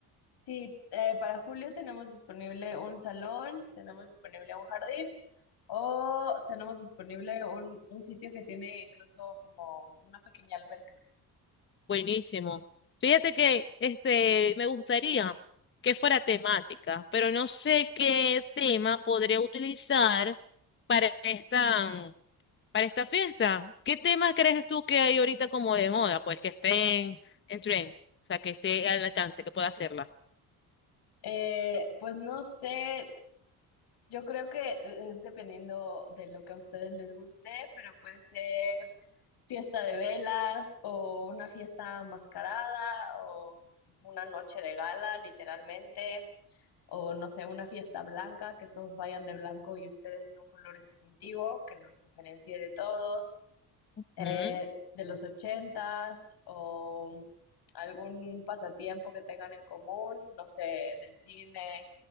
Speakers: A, on the left (about 65°); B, on the left (about 30°).
A: Sí, eh, para julio tenemos disponible un salón, tenemos disponible un jardín o tenemos disponible un, un sitio que tiene incluso como una pequeña alberca.
B: Buenísimo. Fíjate que este me gustaría que fuera temática, pero no sé qué tema podría utilizar para esta, mm, para esta fiesta. ¿Qué temas crees tú que hay ahorita como de moda? Pues que estén en tren, o sea, que esté al alcance, que pueda hacerla.
A: Eh, pues no sé, Yo creo que e-, es dependiendo de lo que a ustedes les guste, pero puede ser fiesta de velas o una fiesta mascarada o una noche de gala, literalmente, o no sé, una fiesta blanca, que todos vayan de blanco y ustedes de un color distintivo que los diferencie de todos
B: Ujú,
A: eh, de los ochentas o algún pasatiempo que tengan en común, no sé, del cine